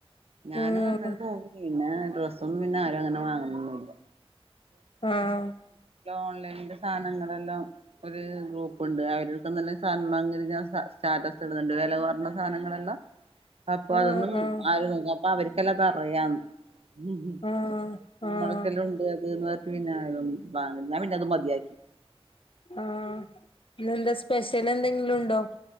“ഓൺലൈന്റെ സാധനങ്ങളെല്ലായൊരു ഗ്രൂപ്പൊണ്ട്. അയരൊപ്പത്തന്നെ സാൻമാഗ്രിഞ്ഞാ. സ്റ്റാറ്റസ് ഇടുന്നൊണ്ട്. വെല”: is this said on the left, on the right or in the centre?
Right